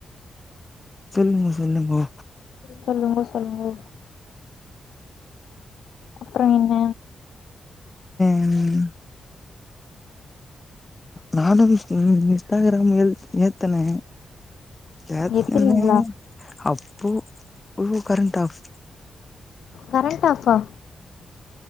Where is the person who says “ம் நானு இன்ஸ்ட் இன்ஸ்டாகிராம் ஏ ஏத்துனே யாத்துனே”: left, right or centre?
Left